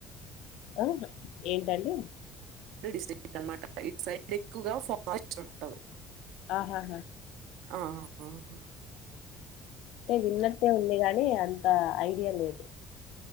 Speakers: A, on the left; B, on the right.
A: ఆ ఏంటండి
B: డిస్టక్ అనమాట ఇట్ సైడ్ ఎక్కువగా ఫాస్ట్ ఉంటది
A: ఆహాహా
B: ఆ ఆహ
A: ఏ విన్నటె ఉంది గానీ అం ఆ ఐడియా లేదు